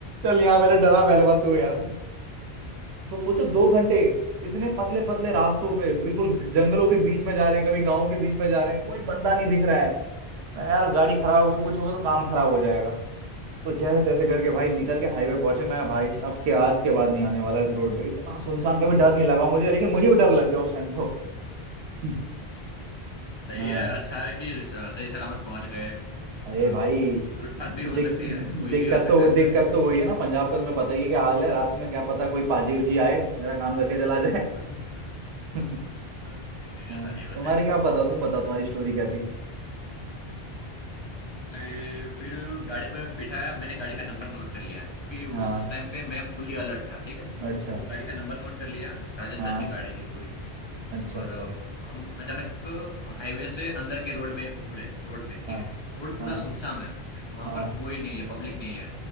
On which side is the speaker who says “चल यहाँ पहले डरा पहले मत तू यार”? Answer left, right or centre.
Right